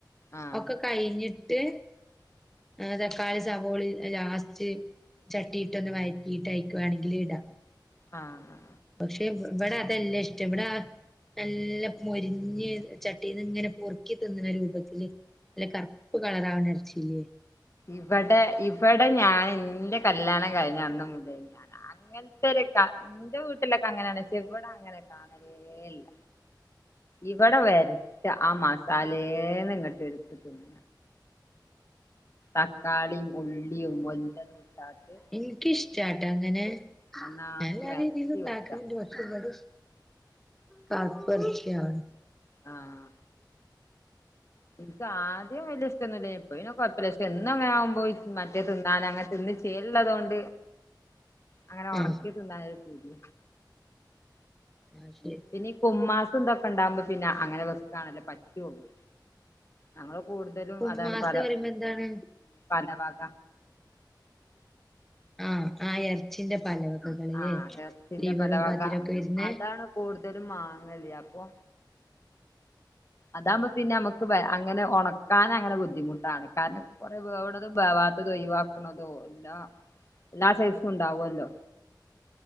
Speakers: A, on the left; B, in the centre.
A: ആഹ്
B: ഒക്കെ കഴിഞ്ഞിട്ട് ഏഹ് തക്കാളിം സവോളിം ലാസ്റ്റ് ചട്ടീട്ടൊന്ന് വഴക്കിയിട്ട് അയിക്ക് വേണെങ്കില്ടാ
A: ആഹ്
B: പക്ഷേ ഇവ ഇവടതല്ല ഇഷ്ടം ഇവടാ നല്ല മൊരിഞ്ഞ് ചട്ടീന്ന്ങ്ങനെ പൊറുക്കി തിന്ന്ണ രൂപത്തില് നല്ല കർപ്പ് കളറാവണ എറച്ചിയില്ലേ.
A: ഇവടെ ഇവടെ ഞാൻ ഇന്റെ കല്യാണം കഴിഞ്ഞന്ന് മുതൽ ഞാനാ അങ്ങനത്തൊരു കാ ഇന്റെ വീട്ടിലൊക്കെ അങ്ങനാണ് പക്ഷേ ഇവടെ അങ്ങനെ കാണലേ ഇല്ല ഇവടെ വെര <unintelligible> ആഹ് മസാലേന്ന് ഇങ്ങട്ട് ഇട്ത്ത് തിന്ന. തക്കാളിം ഉള്ളിം മൊല്ലതുട്ടാട്ട്
B: എനിക്കിഷ്ടാട്ടോ അങ്ങനെ
A: നന്നാക്കി
B: ഞാൻ എല്ലാ
A: വരട്ടി
B: രീതിയിലും ഇണ്ടാക്കല്ണ്ട്
A: വെക്ക
B: പക്ഷെ ഇവടെ ഇഷ് കർപ്പർച്ചിയാ
A: ആഹ് ഇൻക്ക് ആദ്യം വെല്യ ഇഷ്ടംന്നുല്ലേനി ഇപ്പ പിന്നെ കൊഴപ്പല്ല ഇഷ് എന്നും അങ്ങനെ ആകുമ്പോയി മറ്റേ തിന്നാന അങ്ങനെ തിന്ന് ചേല്ള്ളതോണ്ട് അങ്ങനെ ഒണക്കി
B: ആഹ്
A: തിന്നാനൊരു പൂതി.
B: അഹ് ശെ
A: പിന്നെ ഇപ്പോ ഉമ്മാക്ക് ഇതൊക്കെ ഇണ്ടാവുമ്പോ പിന്നെ അങ്ങനെ വെക്കാണല്ലൊ പറ്റൊള്ളു. ഞങ്ങള് കൂടുതലും
B: ഉമ്മാസ്
A: അതാണ് പറയ
B: പറയുമ്പോ എന്താണ്
A: പലവക
B: ആഹ് ആഹ് എർച്ചിന്റെ പലവകകള്
A: ആഹ്
B: ലേ
A: ഇറച്ചിന്റെ
B: ലിവറും
A: പലവക
B: പതിരൊക്കെ വരുന്നേ?
A: അതാണ് കൂടുതലും മാങ്ങല്ലെ അപ്പൊ അതാവുമ്പോ പിന്നെ നമുക്ക് <unintelligible> അങ്ങനെ ഒണക്കാനങ്ങനെ ബുദ്ധിമുട്ടാണ് കാരണം കൊറെ വേവണതും വേവാ ത്തതും ഒഴിവാക്ക്ണതും എല്ലാ എല്ലാ സൈസും ഉണ്ടാവല്ലോ.